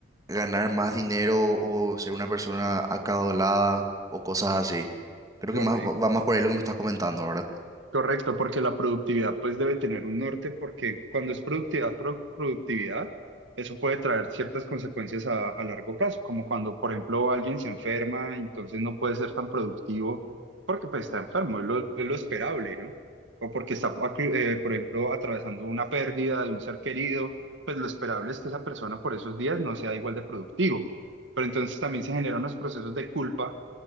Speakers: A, on the right; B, on the right.
A: ganar más dinero o ser una persona acaudalada o cosas así. Creo
B: Correcto.
A: que más va va más por ahí lo que me estás comentando, ¿verdad?
B: Correcto, porque la productividad pues debe tener un norte, porque cuando es productividad, pro- productividad, eso puede traer ciertas consecuencias a, a largo plazo, como cuando, por ejemplo, alguien se enferma, entonces no puede ser tan productivo porque pues está enfermo, es lo, es lo esperable, ¿no? O porque está, acu- eh, por ejemplo, atravesando una pérdida de un ser querido, pues lo esperable es que esa persona por esos días no sea igual de productivo. Pero entonces también se generan unos procesos de culpa,